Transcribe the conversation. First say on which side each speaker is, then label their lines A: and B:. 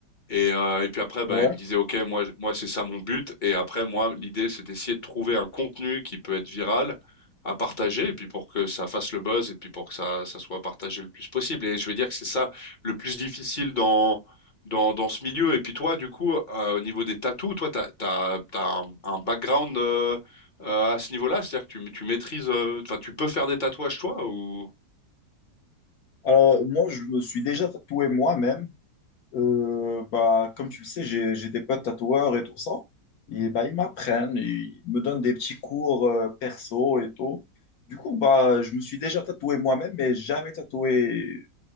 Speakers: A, on the left; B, on the left.
A: Et, euh, et puis après,
B: Ouais.
A: bah, il me disait, OK, moi, je- moi c'est ça mon but. Et après, moi, l'idée, c'est d'essayer de trouver un contenu qui peut être viral à partager, et puis pour que ça fasse le buzz, et puis pour que ça, ça soit partagé le plus possible. Et je veux dire que c'est ça le plus difficile dans, dans, dans ce milieu. Et puis toi, du coup, euh, au niveau des tatous, toi, tu as, t'as, t'as t'as un, un background euh, euh, à ce niveau-là, c'est-à-dire que tu, tu maîtrises, euh, enfin, tu peux faire des tatouages, toi, ou...
B: Alors, moi, je me suis déjà tatoué moi-même. Euh, bah, comme tu le sais, j'ai, j'ai des potes tatoueurs et tout ça. Et bah, ils m'apprennent, ils me donnent des petits cours euh, perso et tout. Du coup, bah, je me suis déjà tatoué moi-même, mais jamais tatoué